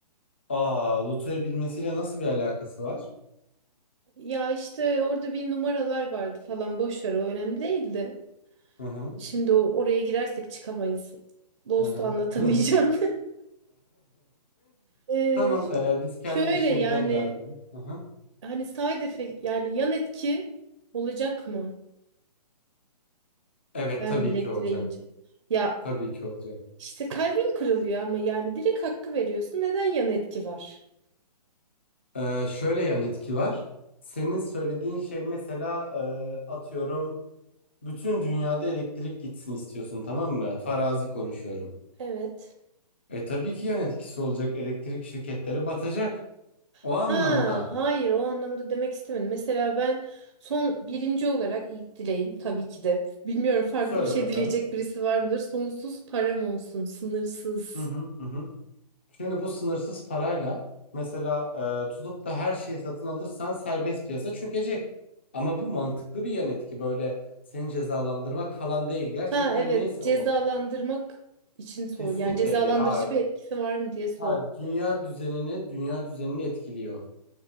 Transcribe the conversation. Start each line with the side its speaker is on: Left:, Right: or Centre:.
Left: Aa, lotoyu bilmesiyle nasıl bir alakası var?
Right: Ya işte orada bir numaralar vardı falan boş ver o önemli değildi.
Left: Hı hı.
Right: Şimdi o- oraya girersek çıkamayız. Lost'u
Left: Hı hı.
Right: anlatamayacağım.
Left: <laughs>
Right: Ee,
Left: Tamam, e, biz kendi
Right: şöyle
Left: işimizden
Right: yani
Left: devam edelim. Hı hı.
Right: hani side effect yani yan etki olacak mı?
Left: Evet,
Right: Ben
Left: tabii
Right: direkt
Left: ki olacak.
Right: direyince. Ya
Left: Tabii ki olacak.
Right: işte kalbin kırılıyor ama yani direkt hakkı veriyorsun. Neden yan etki var?
Left: Ee, şöyle yan etki var. Senin söylediğin şey mesela e, atıyorum bütün dünyada elektrik gitsin istiyorsun tamam mı? Farazi konuşuyorum.
Right: Evet.
Left: E tabii ki yan etkisi olacak. Elektrik şirketleri batacak. O anlamda.
Right: Ha, hayır o anlamda demek istemedim. Mesela ben son birinci olarak ilk dileğim tabii ki de. Bilmiyorum farklı
Left: Söyle
Right: bir şey
Left: bakalım.
Right: dileyecek birisi var mıdır? Sonsuz param olsun, sınırsız.
Left: Hı hı hı. hı. Şimdi bu sınırsız parayla mesela e, tutup da her şeyi satın alırsan serbest piyasa çökecek. Ama bu mantıklı bir yan etki. Böyle seni cezalandırmak falan değil. Gerçekten
Right: Ha evet
Left: neyse
Right: cezalandırmak
Left: o.
Right: için sor.
Left: Kesinlikle
Right: Yani cezalandırıcı
Left: değil. Hayır.
Right: bir etkisi var mı diye sordum
Left: Ha, dünya
Right: ben.
Left: düzenini, dünya düzenini etkiliyor.